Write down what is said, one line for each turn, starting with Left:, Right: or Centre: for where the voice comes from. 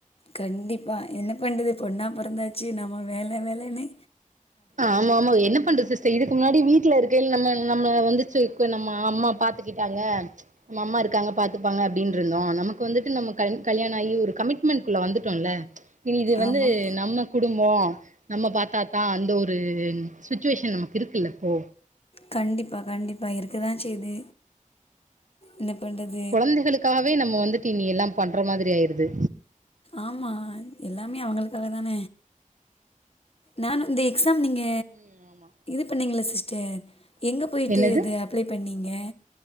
Left: கண்டிப்பாக என்ன பண்ட்றது பொண்ணா பொறந்தாச்சு நம்ம வேல வேலன்னு
Right: ஆமா ஆமா என்ன பண்றது சிஸ்டர் இதுக்கு முன்னாடி வீட்ல இருக் நம்ம நம்மள வந்துச்சு இப்ப நம்ம அம்மா பாத்துக்கிட்டாங்க நம்ம அம்மா இருக்காங்க பாத்துப்பாங்க அப்டின் இருந்தோ நமக்கு வந்துட்டு நம்ம கன் கல்யாண ஆயி ஒரு கமிட்மெண்ட்குள்ள வந்துட் டோல இனி இது வந்து
Left: ஆமாம்
Right: நம்ம குடும்போ நம்ம பாத்தா தா அந்த ஒரு ஒரு சிச்சுவேஷன் நமக்கு இருக்குல்ல இப்போ
Left: கண்டிப்பா கண்டிப்பா இருக்கதா செய்து என்ன பண்றது
Right: கொழந்தைகளுக்காகவே நம்ம வந்துட்டு இனி எல்லா பண்ற மாதிரி ஆயிருது
Left: ஆமா எல்லாமே அவுங்களுக்காக தான நானு இந்த எக்ஸாம் நீங்க
Right: ம் ஆமா
Left: இது பண்ணீங்ளா சிஸ்டர் எங்க போயிட்டு
Right: என்னது
Left: இது அப்ளை பண்ணிங்க